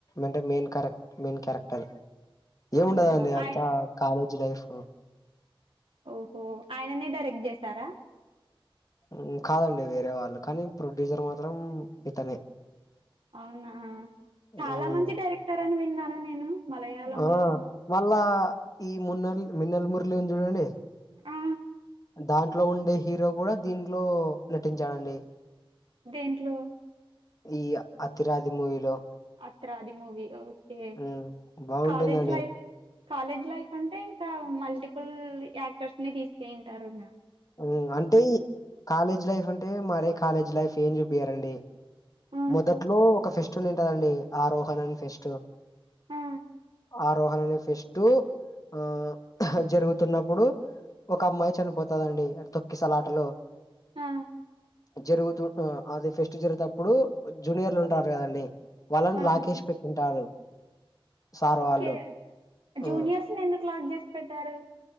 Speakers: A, on the left; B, on the right.
A: అంటే మెయిన్ క్యారెక్ మెయిన్ క్యారెక్టర్
B: అవునా
A: ఏముండదండి
B: ఆయ
A: అంతా కాలేజ్ లైఫ్
B: ఓహో ఆయననే డైరెక్ట్ చేశారా
A: ఉం కాదండి వేరే వాళ్ళు కానీ ప్రొడ్యూసర్ మాత్రం ఇతనే
B: అవునా చాలా
A: ఉమ్,
B: మంచి డైరెక్టర్ అని విన్నాను నేను మలయాళంలో
A: ఆ మళ్ళా ఈ మున్నెలు మిన్నెల మురళంది చూడండి
B: ఆ
A: దాంట్లో ఉండే హీరో కూడా దీంట్లో నటించాడండి
B: దేంట్లో
A: ఈ అతిరాది మూవీలో
B: అతిరాది మూవి ఓకే
A: ఉమ్ బాగుంటుందండి
B: కాలేజ్ లైఫ్ కాలేజ్ లైఫ్ అంటే ఇంకా మల్టిపుల్ యాక్టర్స్ ని తీసుకె ఉంటారు
A: ఉం అంటే కాలేజ్ లైఫ్ అంటే మరే కాలేజ్ లైఫ్ ఏం చూపియరండీ
B: ఆ
A: మొదట్లో ఒక ఫెస్టి ఉండి ఉంటాదండి ఆరోహణని ఫెస్ట్
B: ఆ
A: ఆరోహణ అనే ఫెస్ట్ ఆ జరుగుతున్నప్పుడు ఒక అమ్మాయి చనిపోతదండి ఆడ తొక్కిసలాటలో
B: ఆ
A: జరుగుతు అది ఫెస్ట్ జరుగుతేప్పుడు జూనియర్లు ఉంటారు కదండి వాళ్ళని
B: ఆ
A: లాకేసి పెట్టింటారు సార్
B: ఓకే
A: వాళ్ళు
B: జూనియర్స్
A: ఆ,
B: ని ఎందు లాక్ చేసి పెట్టారు